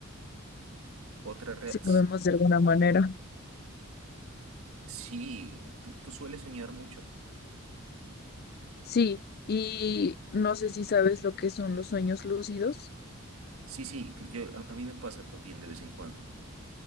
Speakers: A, on the right; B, on the left.
A: Otra rea-
B: si lo vemos de alguna manera.
A: Sí, tú, tú sueles soñar mucho.
B: Sí, y no sé si sabes lo que son los sueños lúcidos.
A: Sí, sí, yo, a, a mí me pasa también de vez en cuando.